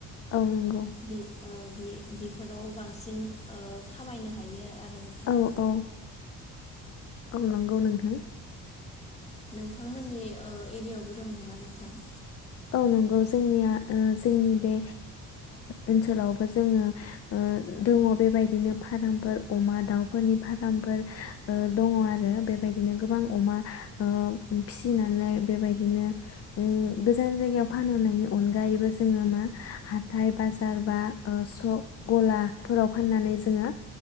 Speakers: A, on the left; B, on the left.
A: औ नोंगौ।
B: बे ओ बि-बिफोराव बांसिन ओ खामायनो हायो आरो नोंथां।
A: औ औ औ नंगौ नोंथां
B: नोंथांमोननि ओ एरियायावबो दं नामा नोंथां?
A: औ नंगौ जोंनिया ओ जोंनि बे ओनसोलावबो जोङो दङ बेबायदिनो फार्मफोर अमा दाउफोरनि फार्मफोर दङ आरो बेबायदिनो गोबां अमा ओ फिसिनानै बेबायदिनो उम गोजान जायगायाव फानहरनायनि अनगायैबो जोङो मा हाथाय बाजार बा ओ सक गलाफोराव फाननानै जोङो